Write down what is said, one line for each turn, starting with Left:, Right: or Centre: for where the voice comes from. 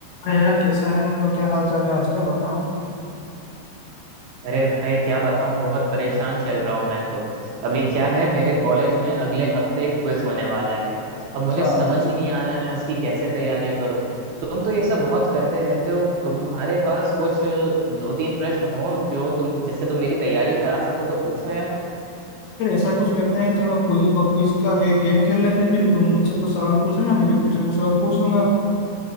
Left: हाँ यार कैसा है मतलब क्या हाल चाल है आजकल बता
Right: अरे भाई क्या बताऊँ बहुत परेशान चल रहा हूँ मैं तो अभी क्या है मेरे कॉलेज में अगले हफ्ते एक क्विज होने वाला है अब मुझे
Left: अच्छा
Right: समझ ही नहीं आ रहा है मैं उसकी कैसे तैयारी करूँ तुम तो ये सब बहुत करते रहते हो तुम्हारे पास कुछ अ, दो तीन प्रश्न हो जो तुम जिससे तुम मेरी तैयारी करा सको तो पूछो यार
Left: फिर ऐसा कुछ करते हैं चलो क्विज क्विज का गे, गेम खेल लेते हैं फिर तुम मुझसे कुछ सवाल पूछ लेना मैं भी तुमसे कुछ सवाल पूछ लूंगा